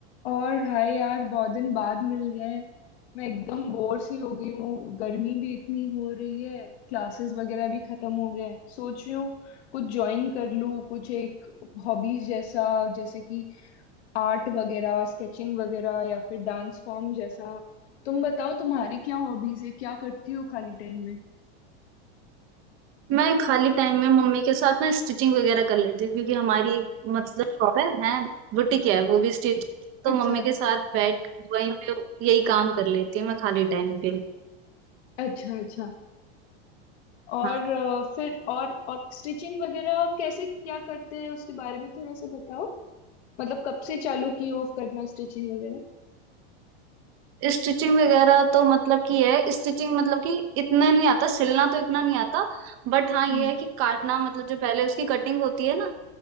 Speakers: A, on the left; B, on the right.
A: और हाय यार बहुत दिन बाद मिल रहे हैं मैं एकदम बोर सी हो गई हूँ गर्मी भी इतनी हो रही है क्लासेस वगैरह भी खत्म हो गए हैं सोच रही हूँ कुछ ज्वाइन कर लूँ कुछ एक हॉबीज जैसा जैसे कि आर्ट वगैरह स्केचिंग वगैरह या फिर डांस फॉर्म जैसा तुम बताओ तुम्हारी क्या हॉबीज है क्या करती हो खाली टाइम में
B: मैं खाली टाइम में मम्मी के साथ ना स्टिचिंग वगैरह कर लेती हूँ क्योंकि हमारी मतलब शॉप है, है बुटीक है वो भी स्टिचिंग की तो
A: अच्छा
B: मम्मी के साथ बैठ वहीं पे यही काम कर लेती हूँ मैं खाली टाइम पे
A: अच्छा अच्छा और
B: हाँ
A: अ, फिर और और स्टिचिंग वगैरह कैसे क्या करते हैं उसके बारे में थोड़ा सा बताओ मतलब कब से चालू की हो करना स्टिचिंग वगैरह
B: स्टिचिंग वगैरह तो मतलब कि है स्टिचिंग मतलब कि इतना नहीं आता सिलना तो इतना नहीं आता बट हाँ ये
A: हम्म
B: है कि काटना मतलब जो पहले उसकी कटिंग होती है ना